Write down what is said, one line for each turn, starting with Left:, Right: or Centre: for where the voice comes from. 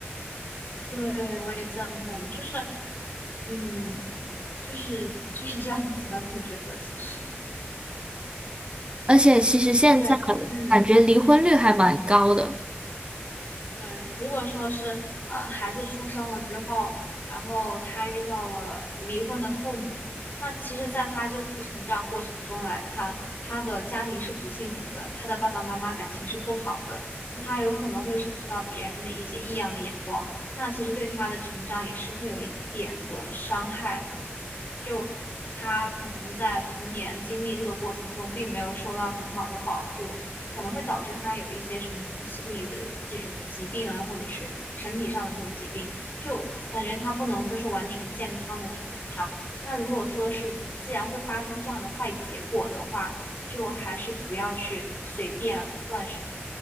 Left: 对，我也赞同，就是嗯，就是就是这样子的，会觉得其实
Right: 而且其实现在
Left: 对，嗯。
Right: 感觉离婚率还蛮高的。
Left: 对，如果说是呃孩子出生了之后，然后他遇到了离婚的父母，那其实，在他这个成长过程中来看，他的家庭是不幸福的，他的爸爸妈妈感情是不好的，那他有可能会受到别人的一些异样的眼光，那其实对他的成长也是会有一点的伤害的。就他可能在童年经历这个过程中，并没有受到很好的保护，可能会导致他有一些什么心理的这种疾病啊，或者是身体上的这种疾病，就感觉他不能说是完全健康的成长。那如果说是既然会发生这样的坏结果的话，就还是不要去随便乱